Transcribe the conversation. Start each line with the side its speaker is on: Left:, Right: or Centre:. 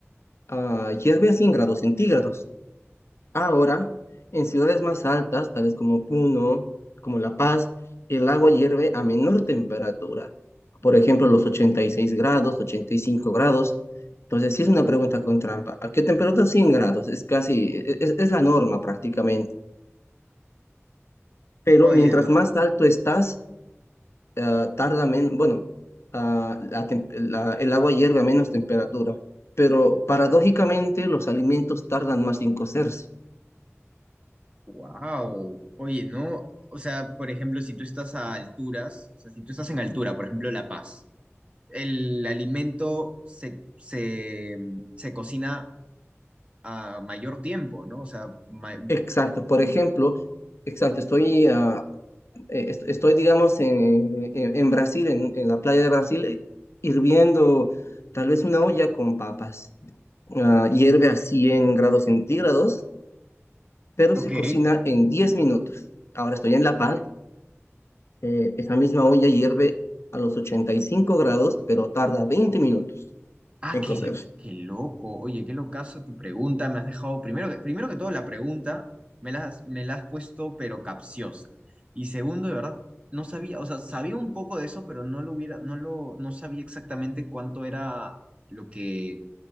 Left: ah, hierve a 100 grados centígrados. Ahora, en ciudades más altas, tales como Puno, como La Paz, el agua hierve a menor temperatura. Por ejemplo, los 86 grados, 85 grados. Entonces, sí es una pregunta con trampa. ¿A qué temperatura 100 grados? Es casi, e- es es la norma prácticamente. Pero
Right: Oye,
Left: mientras
Right: no.
Left: más alto estás, ah, tarda menos, bueno, ah, la tem- la- el agua hierve a menos temperatura, pero paradójicamente los alimentos tardan más en cocerse.
Right: Wow. Oye, ¿no? O sea, por ejemplo, si tú estás a alturas, o sea, si tú estás en altura, por ejemplo, La Paz, el alimento se, se, mm, se cocina a mayor tiempo, ¿no? O sea, ma-
Left: Exacto, por ejemplo, exacto, estoy, ah, eh, est- estoy digamos, en, en- en Brasil, en, en la playa de Brasil, eh, hirviendo tal vez una olla con papas. Ah, hierve a 100 grados centígrados, pero
Right: ok.
Left: se cocina en 10 minutos. Ahora estoy en La Paz Eh, esa misma olla hierve a los 85 grados, pero tarda 20 minutos
Right: Ah,
Left: en
Right: qué,
Left: cocerse
Right: qué loco. Oye, qué locazo tu pregunta. Me has dejado, primero que, primero que todo, la pregunta me la, has- me la has puesto, pero capciosa. Y segundo, de verdad, no sabía, o sea, sabía un poco de eso, pero no lo hubiera, no lo, no sabía exactamente cuánto era lo que